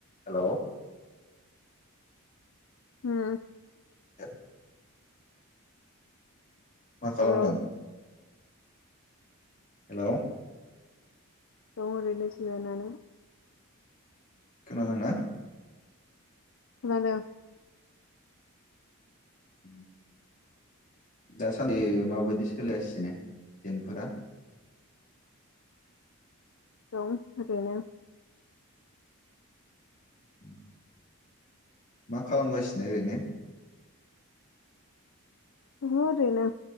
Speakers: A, on the left; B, on the left.
A: हेलौ।
B: हम।
A: <unintelligible> मा खालामदों।
B: हेलौ
A: हेलौ।
B: दं ओरैनो जिरायनानै
A: खोनादोंना?
B: खोनादो।
A: उम दासान्दि माबायदि सोलिगासिनो दिनफोरा?
B: दं ओरैनो।
A: उम मा खालामगासिनो ओरैनो?
B: दङ ओरैनो